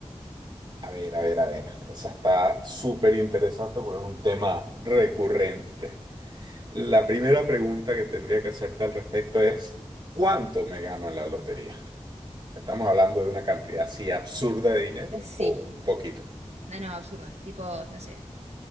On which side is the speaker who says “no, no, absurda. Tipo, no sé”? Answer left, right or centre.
Right